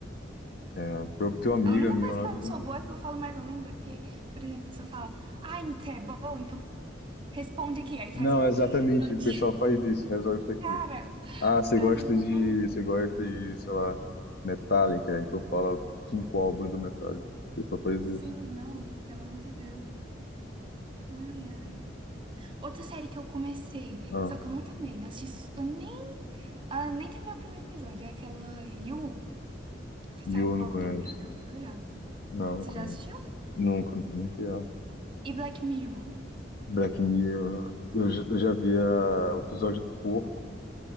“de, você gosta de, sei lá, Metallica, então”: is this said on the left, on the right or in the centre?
Left